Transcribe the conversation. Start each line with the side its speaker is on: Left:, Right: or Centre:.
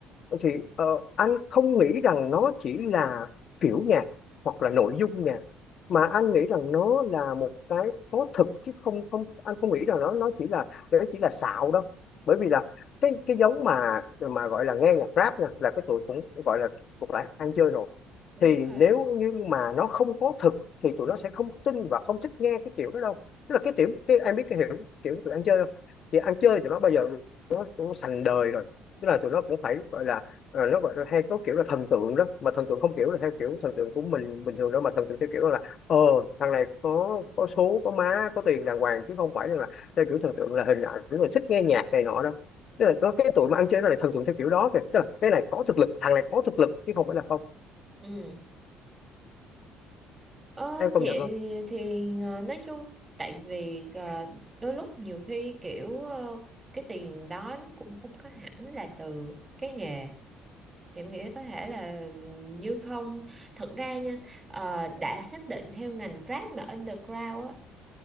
Left: thì ờ, anh không nghĩ rằng nó chỉ là kiểu nhạc hoặc là nội dung nhạc mà anh nghĩ rằng nó là một cái có thực chứ không không anh không nghĩ rằng nó nó chỉ là nó chỉ là xạo đâu bởi vì là cái cái giống mà mà gọi là nghe nhạc rap nha là cái tụi cũng gọi là thuộc lại ăn chơi rồi
Right: Đúng
Left: thì
Right: rồi.
Left: nếu như mà nó không có thực thì tụi nó sẽ không tin và không thích nghe cái kiểu đó đâu tức là cái tiểu cái em biết cái hiểu kiểu tụi ăn chơi không thì ăn chơi tụi nó bao giờ nó sành đời rồi tức là tụi nó cũng phải gọi là ờ, nó gọi là hay có kiểu là thần tượng đó mà thần tượng không kiểu là theo kiểu thần tượng của mình bình thường đâu mà thần tượng theo kiểu là ờ thằng này có có số có má có tiền đàng hoàng chứ không phải là theo kiểu thần tượng là hình ảnh rồi thích nghe nhạc này nọ đó tức là có cái tụi mà ăn chơi nó lại thần tượng theo kiểu đó kìa tức là cái này có thực lực thằng này có thực lực chứ không phải là không
Right: Ừ. Ờ,
Left: em công
Right: thì
Left: nhận không
Right: thì ờ, nói chung tại vì ờ, đôi lúc nhiều khi kiểu ờ, cái tiền đó nó cũng không có hẳn là từ cái nghề thì em nghĩ có thể là như không thật ra nha ờ, đã xác định theo ngành Grab mà underground á